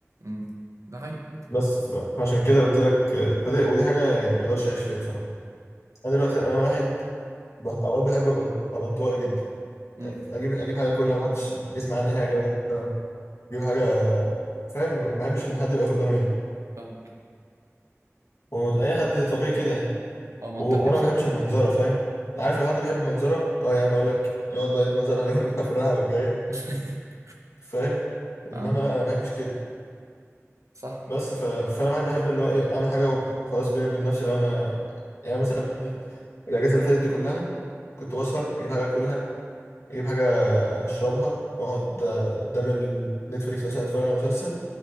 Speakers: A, on the right; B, on the left.
A: امم ده حقيقي
B: بس ف... فعشان كده قلت لك آه، فدي ودي حاجه يعني ما اقدرش اعيش فيها بصراحه انا دلوقتي انا واحد ب- اوقات بحب ابقى انط- ابقى انطوائي جدا
A: امم
B: يعني اجيب اجيب حاجه كلها ما حدش يسمع عني حاجه مثلا اجيب حاجه فاهم ما بحبش ان حد يبقى واخد باله مني
A: فاهم
B: واي حد طبيعي كده يعني
A: هو منطقي
B: و... وانا
A: بصراحة
B: ما بحبش المنظره فاهم عارف لو حد بيحب المنظره اه يا عم اقول لك يقعد بقى يتمنظر عليهم <laughs> بقى في الراحه والجايه
A: <laughs>
B: فاهم
A: اه
B: انما لا انا ما بحبش كده
A: صح
B: بس ف... فانا بحب بحب اللي هو ايه اعمل حاجه وخلاص بيني وبين نفسي لو انا يعني مثلا الاجازه اللي فاتت دي كلها كنت بسهر اجيب حاجه اكلها اجيب حاجه اشربها واقعد آه، قدام النتفليكس مثلا اتفرج على مسلسل